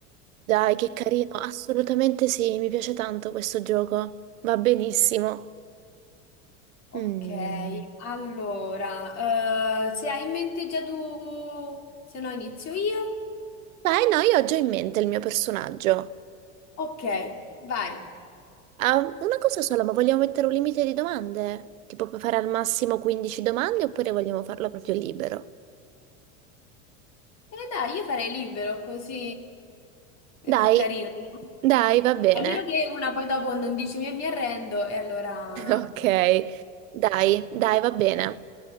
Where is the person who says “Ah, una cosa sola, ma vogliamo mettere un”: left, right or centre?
Right